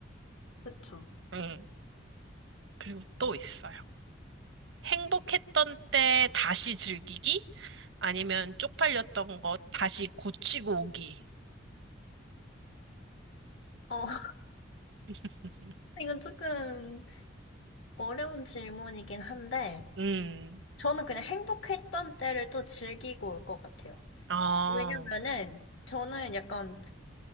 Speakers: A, on the left; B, on the right.
A: 그쵸.
B: 응, 응. 그리고 또 있어요. 행복했던 때 다시 즐기기? 아니면 쪽팔렸던 거 다시 고치고 오기?
A: 어, <laughs>
B: <laughs>
A: 이건 조금 어려운 질문이긴 한데,
B: 음,
A: 저는 그냥 행복했던 때를 또 즐기고 올 것 같아요.
B: 아,
A: 왜냐면은, 저는 약간,